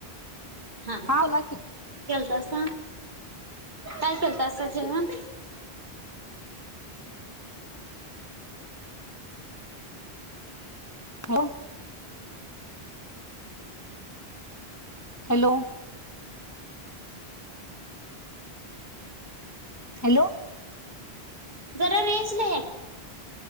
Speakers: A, on the right (about 45°); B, on the left (about 15°).
A: हा हा
B: बोला की
A: बसा काय केल तसा जेवण.
B: हो. हॅलो. हॅलो.
A: जरा रेंज नाहीये.